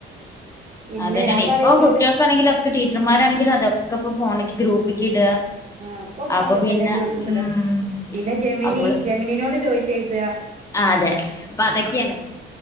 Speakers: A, on the right; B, on the left.
A: പിന്നെ
B: അത് തന്നെയാണ്
A: ഞാൻ
B: ഇപ്പൊ
A: പറയും ഓളോട്
B: കുട്ടികൾക്കാണെങ്കിലും ഒക്കെ ടീച്ചർമാരാണെങ്കിലും അതൊക്കെ ഇപ്പോൊ ഫോണക്ക് ഗ്രൂപ്പ്ക്ക് ഇടുക
A: ആഹ പൊക്ക
B: അപ്പൊ
A: അങ്ങെ
B: പിന്നെ
A: തന്നെ ഗ്രൂപ്പക്ക
B: ഉം
A: ഇടാ പിന്നെ ജെമിനി
B: നമ്മള്
A: ജെമിനിനോട് ചോയി ചെയ്ത ആ
B: ആഹ് അതെ അപ്പൊ അതൊക്കെയാണ്